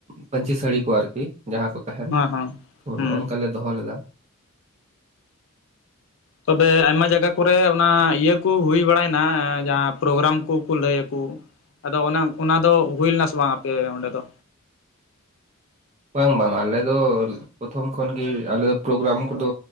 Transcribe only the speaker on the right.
ᱯᱟᱹᱧᱪᱤ ᱥᱟᱹᱲᱤ ᱠᱚ ᱟᱨᱠᱤ ᱡᱟᱦᱟᱸ ᱠᱚ ᱛᱟᱦᱮᱱ
ᱛᱚ
ᱱᱚᱜ ᱱᱚᱝᱠᱟ ᱞᱮ ᱫᱚᱦᱚ ᱞᱮᱫᱟ ᱾
ᱵᱟᱝ ᱵᱟᱝ ᱟᱞᱮ ᱫᱚ ᱯᱨᱚᱛᱷᱚᱢ ᱠᱷᱚᱱ ᱜᱮ ᱟᱞᱮ ᱫᱚ ᱯᱨᱳᱜᱨᱟᱢ ᱠᱚᱫᱚ